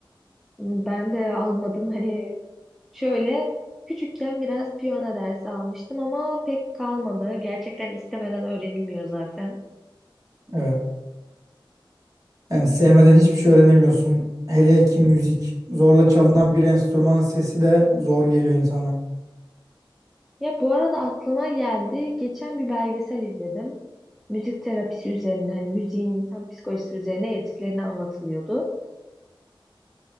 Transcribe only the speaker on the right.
Evet. Yani sevmeden hiçbir şey öğrenemiyorsun. Hele ki müzik. Zorla çalınan bir enstrümanın sesi de zor geliyor insana.